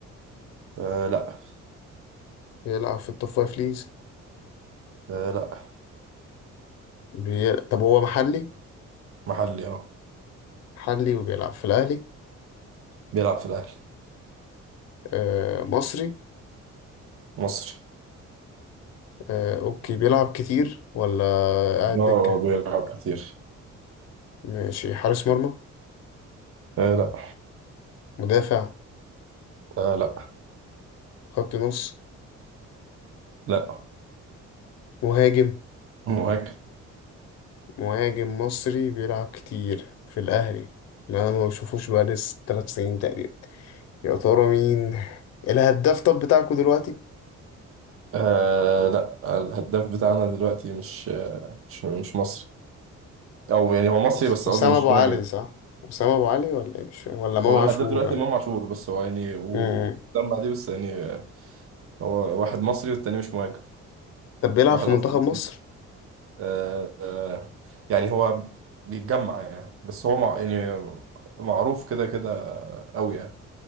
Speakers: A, on the right (about 45°); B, on the left (about 60°).
A: أه لا
B: بيلعب في التوب فايف ليجز
A: آه لا
B: بي... طب هو محلي
A: محلي اه
B: محلي وبيلعب في الاهلي
A: بيلعب في الأهلي
B: آه، مصري
A: مصري
B: آه، اوكي بيلعب كتير ولا قاعد
A: اه
B: دكة
A: بيلعب كتير
B: ماشي حارس مرمى
A: آه لا
B: مدافع
A: آه لا
B: خط نص
A: لا
B: مهاجم
A: مهاجم
B: مهاجم مصري بيلعب كتير في الأهلي اللي أنا ما بشوفوش بقى لسه تلات سنين تقريبا يا ترى مين الهداف طب بتاعكوا دلوقتي
A: آه لا الهداف بتاعنا دلوقتي مش مش مش مصري أو يعني هو مصري
B: خلاص
A: بس
B: أسامة
A: قصدي مش
B: أبو علي
A: مهاجم
B: صح أسامة أبو علي ولا إيه؟ مش فاهم. ولا إمام
A: هو
B: عاشور
A: الهداف دلوقتي
B: ولا
A: إمام عاشور بس هو يعني وسام
B: مم.
A: بعديه بس يعني آه، هو واحد مصري والتاني مش مهاجم
B: طب بيلعب
A: واحد
B: في
A: قصدي
B: منتخب مصر
A: آه آه يعني هو بيتجمع يعني بس هو مع يعني معروف كده كده قوي يعني